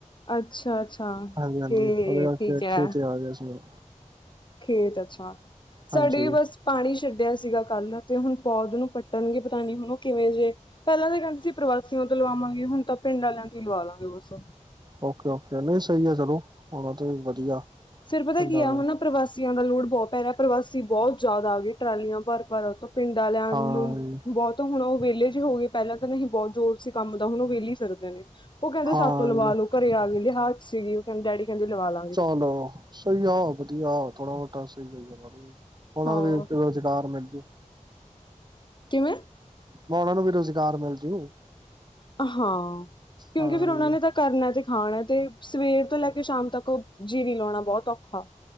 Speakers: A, on the left; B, on the right.
A: ਅੱਛਾ ਅੱਛਾ
B: ਹਾਂਜੀ-ਹਾਂਜੀ
A: ਕੇ
B: ਉਹਦੇ
A: ਠੀਕ ਹੈ
B: ਖੇਤ ਆ ਗਿਆ ਸੀ।
A: ਖੇਤ ਅੱਛਾ, ਸਾਡੇ
B: ਹਾਂਜੀ
A: ਵੀ ਬਸ ਪਾਣੀ ਛੱਡਿਆ ਸੀਗਾ ਕੱਲ੍ਹ, ਤੇ ਹੁਣ ਪੌਦ ਨੂੰ ਪੱਟਣਗੇ ਪਤਾ ਨੀ ਹੁਣ ਉਹ ਕਿਵੇਂ ਜੇ ਪਹਿਲਾਂ ਤਾਂ ਕਹਿਣ ਅਸੀਂ ਪ੍ਰਵਾਸਓ ਤੋਂ ਲਵਾਵਾਂਗੇ, ਹੁਣ ਤਾਂ ਪਿੰਡ ਵਾਲਿਆਂ ਤੋਂ ਹੀ ਲਵਾ ਲਾਂਗੇ ਹੋਸਬ।
B: ਓਕੇ-ਓਕੇੇ ਨਹੀਂ ਸਹੀ ਹੈ, ਚਲੋ ਉਹਣ ਤੇ ਵੀ ਵਧੀਆ
A: ਫਿਰ ਪਤਾ
B: ਪਿੰਡਾਂ
A: ਕੀ ਆ,
B: ਦਾ
A: ਹੁਣ ਪ੍ਰਵਾਸੀਆਂ ਦਾ ਲੋੜ ਬਹੁਤ ਪੈ ਰਿਹਾ ਪ੍ਰਵਾਸੀ ਬਹੁਤ ਜਿਆਦਾ ਆ ਗਈ ਟਰਾਲੀਆਂ ਭਰ ਭਰ। ਪਿੰਡ ਵਾਲਿਆਂ
B: ਹਾਂ
A: ਨੂੰ ਬਹੁਤ। ਹੁਣ ਉਹ ਵਿਹਲੇ ਜੇ ਹੋ ਗਏ, ਪਹਿਲਾਂ ਤਾਂ ਨਹੀਂ ਬਹੁਤ ਜ਼ੋਰ ਸੀ, ਕੰਮ ਦਾ ਹੁਣ ਉਹ ਵਿਹੇਲੀ ਫਿਰਦੇ ਨੇ ਉਹ ਕਹਿੰਦੇ
B: ਹਾਂ
A: ਸੱਤ ਲਵਾਲੋ ਘਰੇ ਆ ਗਏ, ਲਹਾਦ ਸੀਗੀ, ਉਹ ਕਹਿ ਡੈਡੀ ਕਹਿੰਦੇ ਲਵਾ ਲਾ
B: ਚੱਲ ਸਹੀ ਆ ਵਧੀਆ ਥੋੜਾ ਬਹੁਤਾ ਸਹੀ ਆ। ਉਹਨਾਂ
A: ਹਾਂ
B: ਨੂੰ ਵੀ ਰੁਜ਼ਗਾਰ ਮਿਲ ਜੂ
A: ਕਿਵੇਂ?
B: ਮੈਂ ਉਹਨਾ ਨੂੰ ਵੀ ਰੁਜ਼ਗਾਰ ਮਿਲ ਜੂ।
A: ਹਾਂ ਕਿਉਂਕਿ
B: ਹਾਂ
A: ਫਿਰ ਉਹਨਾਂ
B: ਜੀ
A: ਨੇ ਤਾਂ ਕਰਨਾ ਤੇ ਖਾਣਾ ਤੇ, ਸਵੇਰ ਤੋਂ ਲੈ ਕੇ ਸ਼ਾਮ ਤੱਕ ਜੀ ਵੀ ਲਾਉਣਾ, ਬਹੁਤ ਔਖਾ